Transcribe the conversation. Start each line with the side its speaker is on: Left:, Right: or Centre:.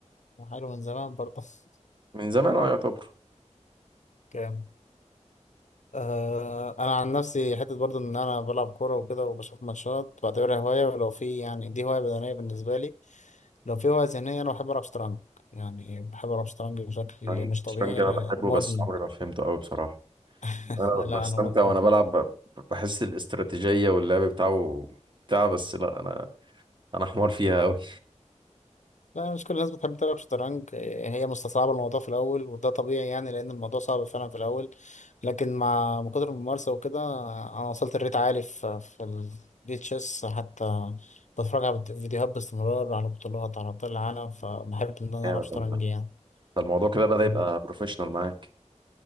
Left: حلو من زمان برضه <laughs>
Right: من زمان اه يعتبر
Left: جامد آه أنا عن نفسي حتة برضه إن أنا بلعب كورة وكده وبشوف ماتشات بعتبرها هواية ولو في يعني دي هواية بدنية بالنسبة لي لو في هواية ذهنية أنا بحب ألعب شطرنج يعني بحب ألعب شطرنج بشكل
Right: الشطرنج
Left: مش طبيعي
Right: الشطرنج انا
Left: لا-
Right: بحبه
Left: مدمن
Right: بس عمري ما فهمته قوي بصراحه
Left: <laughs>
Right: انا
Left: لا
Right: بستمتع
Left: أنا مدمن
Right: وانا بلعب ب- بحس الاستراتيجيه واللعب بتاعه بتاع بس لا انا انا حمار فيها قوي
Left: لا مش كل الناس بتحب تلعب شطرنج إيه، هي مستصعبة الموضوع في الأول وده طبيعي يعني لأن الموضوع صعب فعلا في الأول لكن مع مع كتر الممارسة وكده أنا وصلت لريت عالي في في البي تشيس حتى بتفرج على فيديوهات باستمرار على بطولات على أبطال العالم فبحب إن أنا
Right: جامد
Left: ألعب شطرنج
Right: والله
Left: يعني
Right: ده الموضوع كده بدأ
Left: مم.
Right: يبقى بروفيشنال معاك